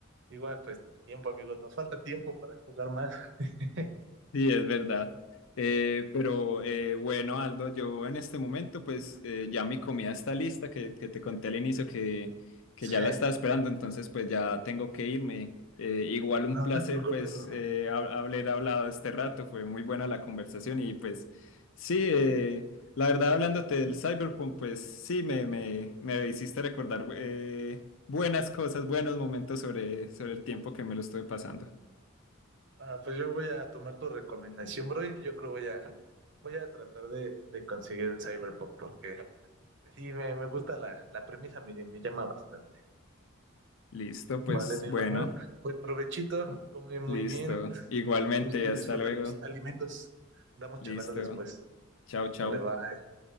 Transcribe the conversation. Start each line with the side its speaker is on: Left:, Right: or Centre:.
Right: Igual, pues tiempo, amigos, nos falta tiempo para jugar más. <laughs>
Left: Sí, es verdad. Eh, pero eh, bueno, Aldo, yo en este momento pues eh, ya mi comida está lista, que, que te conté al inicio que, que
Right: Sí,
Left: ya la estaba esperando, entonces pues ya tengo que irme. Eh, igual un
Right: No
Left: placer
Right: te preocupes,
Left: pues
Right: bro.
Left: eh, hab- haber hablado este rato, fue muy buena la conversación y pues sí, eh, la verdad hablándote del Cyberpunk pues sí, me, me, me hiciste recordar eh, buenas cosas, buenos momentos sobre, sobre el tiempo que me lo estuve pasando.
Right: Ah, pues yo voy a tomar tu recomendación, bro, y yo creo voy a voy a tratar de, de conseguir el Cyberpunk porque pues, sí me, me gusta la, la premisa, me, me llama bastante.
Left: Listo, pues
Right: Vale, mi
Left: bueno.
Right: hermana. Pues provechito, come muy
Left: Listo.
Right: bien,
Left: Igualmente,
Right: a gusto,
Left: hasta
Right: disfruta
Left: luego.
Right: tus alimentos. Andamos
Left: Listo.
Right: charlando después.
Left: Chao, chao.
Right: Vale, bye.